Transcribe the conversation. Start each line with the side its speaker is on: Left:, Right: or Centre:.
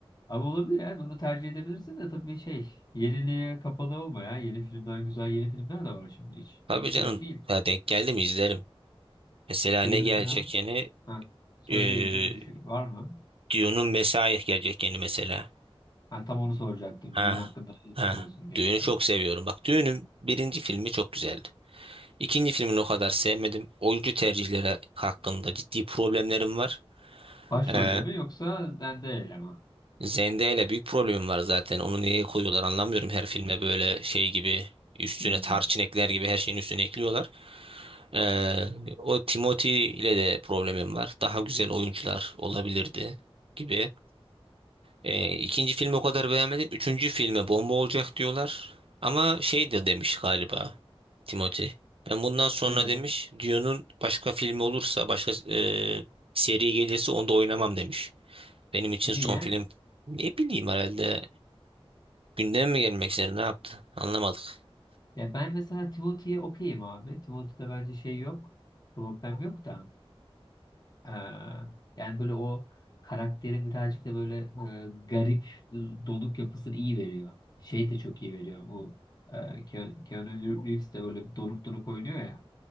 Left: Abi olabilir ya. Bunu tercih edebilirsin de tabii şey yeniliğe kapalı olma ya. Yeni filmler güzel yeni filmler de var şimdi hiç.
Right: Tabii
Left: Hiç
Right: canım
Left: yok değil.
Right: ya denk geldim izlerim. Mesela
Left: Şeyi
Right: ne
Left: mesela
Right: gelecek yeni?
Left: ha, söyle
Right: Ee,
Left: yeni bir düşün var mı?
Right: Dune'un Messiah gelecek yeni mesela.
Left: Ha, tam onu soracaktım.
Right: Ha.
Left: Düğün hakkında ne
Right: Ha.
Left: düşünüyorsun diye
Right: Dune'u
Left: mesela.
Right: çok seviyorum. Bak Dune'un birinci filmi çok güzeldi. İkinci filmini o kadar sevmedim. Oyuncu tercihleri hakkında ciddi problemlerim var.
Left: Başrolde
Right: Ee,
Left: mi yoksa Zendaya ile mi?
Right: Zendaya ile büyük problemim var zaten. Onu niye koyuyorlar anlamıyorum. Her filme böyle şey gibi üstüne
Left: Hmm.
Right: tarçın ekler gibi her şeyin üstüne ekliyorlar. Ee, o Timothy ile de problemim var. Daha güzel oyuncular olabilirdi gibi. Ee, ikinci filmi o kadar beğenmedim. Üçüncü filme bomba olacak diyorlar. Ama şey de demiş galiba Timothy. Ben bundan sonra
Left: Ne demiş?
Right: demiş Dune'un başka filmi olursa başka e, seri gelirse onda oynamam demiş. Benim için
Left: Niye?
Right: son film ne bileyim herhalde gündeme mi gelmek istedi ne yaptı anlamadık.
Left: Ya ben mesela Timothy'ye okeyim abi. Timothy'de bence şey yok. Problem yok da. Ee, yani böyle o karakterin birazcık da böyle e, garip donuk yapısını iyi veriyor. Şey de çok iyi veriyor. Bu e, Ke- Keanu Reeves de böyle donuk donuk oynuyor ya.